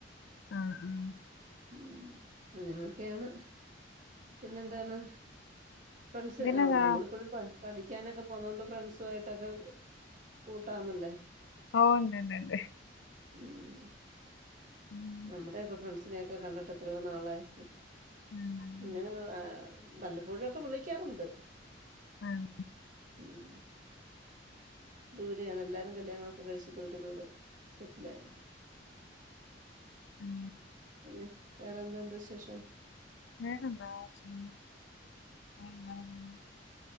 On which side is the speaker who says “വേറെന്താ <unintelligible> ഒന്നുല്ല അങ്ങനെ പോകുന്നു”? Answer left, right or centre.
Left